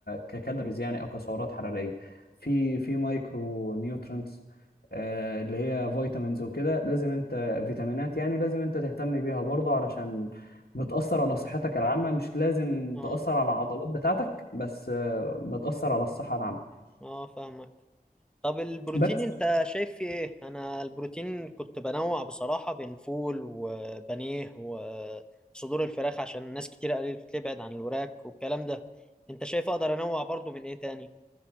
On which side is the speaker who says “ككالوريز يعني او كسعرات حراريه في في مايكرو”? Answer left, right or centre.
Left